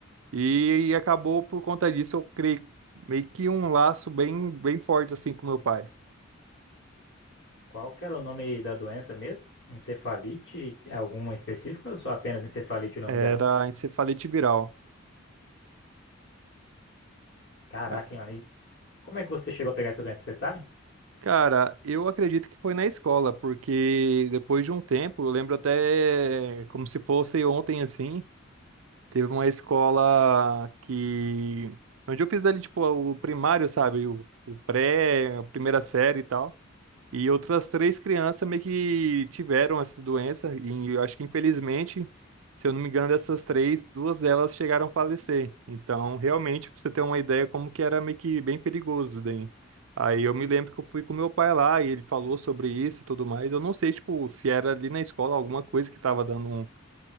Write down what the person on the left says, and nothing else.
Qual que era o nome da doença mesmo? Encefalite? Alguma específica ou só apenas encefalite o nome
dela?
Caraca,
hein, mano? E como é que você chegou a pegar essa doença, você sabe?